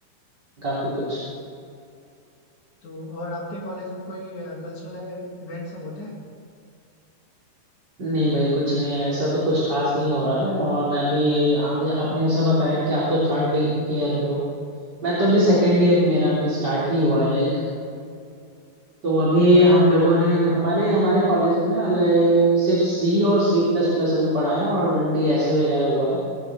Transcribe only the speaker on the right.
काफी कुछ
नहीं भाई कुछ नहीं है, ऐसा तो कुछ खास नहीं हो रहा है और मैं भी आप आपने जैसा बताया कि आप तो थर्ड ईयर में हो मैं तो अभी सेकेंड ईयर ही मेरा अभी स्टार्ट ही हुआ है लाइक तो अभी हम लोगों ने हमारे हमारे कॉलेज में ना ले- सिर्फ सी और सी प्लस प्लस अभी पढ़ाया और डीएसए वगैरह हुआ है